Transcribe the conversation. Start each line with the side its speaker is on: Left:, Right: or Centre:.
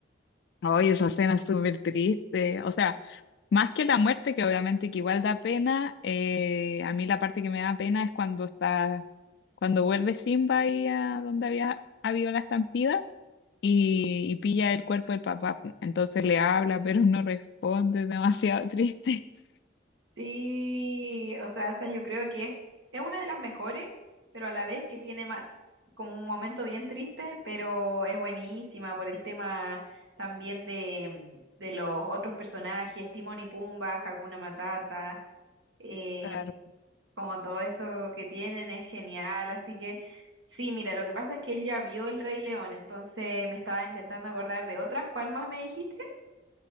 Left: Oye, esa escena es súper triste. O sea, más que la muerte, que obviamente que igual da pena, eh, a mí la parte que me da pena es cuando está, cuando vuelve Simba ahí a donde había habido la estampida y, y pilla el cuerpo del papá. pu. Entonces le habla, <laughs> pero no responde, demasiado triste. <laughs>
Right: Sí, o sea, esa yo creo que es, es una de las mejores, pero a la vez que tiene ma- como un momento bien triste, pero es buenísima por el tema también de, de los otros personajes, Timón y Pumba, Hakuna Matata, eh,
Left: Claro.
Right: como todo eso que tienen es genial, así que sí, mira, lo que pasa es que él ya vio El Rey León, entonces me estaba intentando acordar de otras, ¿cuál más me dijiste?